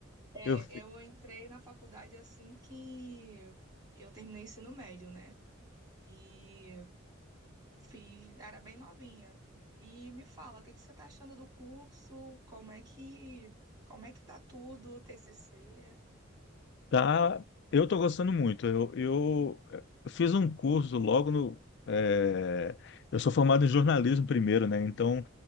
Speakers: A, on the right; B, on the left.
A: É,
B: Eu,
A: eu entrei na faculdade assim que eu terminei o ensino médio, né? E Fiz, era bem novinha. E me fala, o que que você tá achando do curso? Como é que, como é que tá tudo, TCC?
B: Tá, eu estou gostando muito. Eu, eu fiz um curso logo no. é, eu sou formado em jornalismo primeiro, né? Então